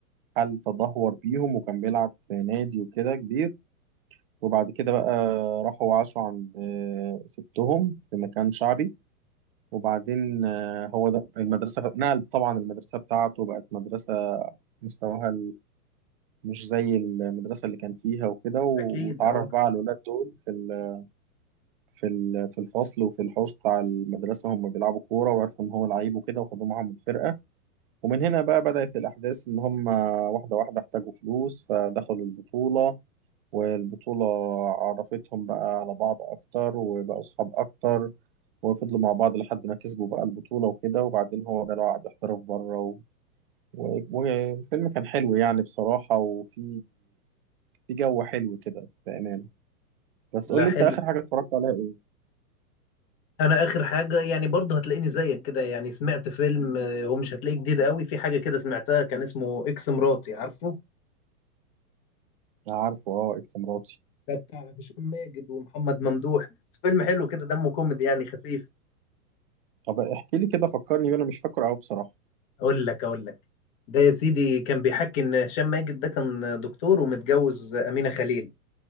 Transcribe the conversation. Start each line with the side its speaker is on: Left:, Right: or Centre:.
Right: حل تدهور بيهم وكان بيلعب في نادي وكده كبير وبعد كده بقى راحوا وعاشوا عند آه، ستهم في مكان شعبي وبعدين آه، هو ده المدرسة نقل طبعا المدرسة بتاعته بقت مدرسة مستواها مش زي المدرسة اللي كان فيها وكده و-
Left: اكيد
Right: واتعرف
Left: اه
Right: بقى على الولاد دول في ال- في ال- في الفصل وفي الحوش بتاع المدرسة هم بيلعبوا كورة وعرفوا إن هو لعيب وكده وخدوه معاهم الفرقة ومن هنا بقى بدأت الأحداث إن هم واحدة واحدة احتاجوا فلوس فدخلوا البطولة والبطولة عرفتهم بقى على بعض أكتر وبقوا أصحاب أكتر وفضلوا مع بعض لحد ما كسبوا بقى البطولة وكده وبعدين هو جاله عقد احتراف بره و... و- والفيلم كان حلو يعني بصراحة وفي في جو حلو كده بأمانة بس
Left: لا
Right: قول لي
Left: حلو
Right: انت اخر حاجة اتفرجت عليها ايه؟
Left: انا اخر حاجه يعني برضه هتلاقيني زيك كده يعني سمعت فيلم آه، هو مش هتلاقيه جديد قوي في حاجه كده سمعتها كان اسمه اكس مراتي عارفه
Right: أنا عارفه اه اكس مراتي
Left: ده بتاع هشام ماجد ومحمد ممدوح فيلم حلو كده دمه كوميدي يعني خفيف
Right: طب احكي لي كده فكرني بيه، انا مش فاكره قوي بصراحة
Left: اقول لك اقول لك ده يا سيدي كان بيحكي ان هشام ماجد ده كان دكتور ومتجوز امينه خليل